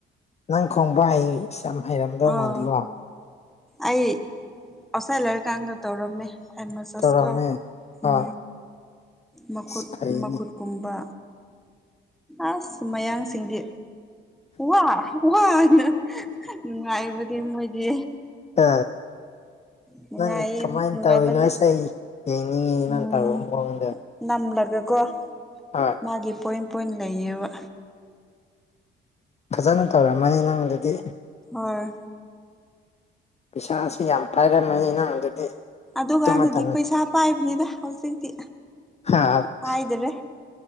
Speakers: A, on the left; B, in the centre.
A: ꯅꯪ ꯈꯣꯡꯕ ꯍꯩ ꯁ ꯌꯥꯝ ꯍꯩꯔꯝꯗꯧ
B: ꯑꯥꯎ
A: ꯃꯥꯜꯂꯦꯀꯣ
B: ꯑꯩ ꯑꯧꯁꯥꯏ ꯂꯩꯔꯤꯀꯥꯟꯗ ꯇꯧꯔꯝꯃꯦ ꯑꯩ ꯃꯁꯥꯁꯇꯣ
A: ꯇꯧꯔꯝꯃꯦ ꯍꯣꯏ
B: ꯎꯝ ꯃꯈꯨꯠ
A: ꯑꯁ ꯐꯩꯅꯦ
B: ꯃꯈꯨꯠ ꯒꯨꯝꯕ ꯑꯁ ꯃꯌꯥꯡꯁꯤꯡꯗꯤ ꯋꯥꯍ ꯋꯥꯍ ꯍꯥꯏꯅ ꯅꯨꯡꯉꯥꯏꯕꯗꯤ ꯃꯣꯏꯗꯤ
A: ꯑ
B: ꯅꯨꯡꯉꯥꯏꯌꯦ
A: ꯅꯪ ꯀꯃꯥꯏꯅ
B: ꯅꯨꯡꯉꯥꯏꯕꯅꯦ
A: ꯇꯧꯔꯤꯅꯣ ꯑꯁ ꯑꯩ ꯌꯦꯡꯅꯤꯡꯉꯤꯅꯦ ꯅꯪꯅ
B: ꯎꯝ
A: ꯇꯧꯕ ꯃꯑꯣꯡꯗ
B: ꯅꯝꯂꯒꯀꯣ
A: ꯍꫭꯏ
B: ꯃꯥꯒꯤ ꯄꯣꯏꯟ ꯄꯣꯏꯟ ꯂꯩꯌꯦꯕ
A: ꯐꯖꯅ ꯇꯧꯔꯝꯃꯅꯤ ꯅꯪ ꯑꯗꯨꯗꯤ
B: ꯍꯣꯏ
A: ꯄꯩꯁꯥꯁꯨ ꯌꯥꯝ ꯄꯥꯏꯔꯝꯃꯅꯤ ꯅꯪ ꯑꯗꯨꯗꯤ
B: ꯑꯗꯨꯀꯥꯟꯗꯗꯤ
A: ꯑꯗꯨ ꯃꯇꯝ
B: ꯄꯩꯁꯥ ꯄꯥꯏꯕꯅꯤꯗ ꯍꯧꯖꯤꯛꯇꯤ
A: ꯍꯥ <unintelligible>
B: ꯄꯥꯏꯗꯔꯦ